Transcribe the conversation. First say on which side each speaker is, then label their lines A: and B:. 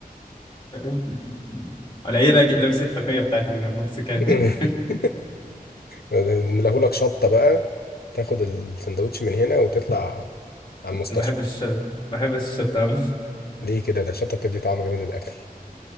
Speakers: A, on the left; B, on the left.
A: فاهم؟ ولا ايه راجل لابس التقيه بتاعت المكسيكان
B: <laughs>
A: دي <laughs>
B: نلاهولك شطه بقى تاخد السندوتش من هنا وتطلع على المستشفى
A: انا بحب الشطه بحب الشطه أوي.
B: ليه كده ده الشطه بتدي طعم جامد للاكل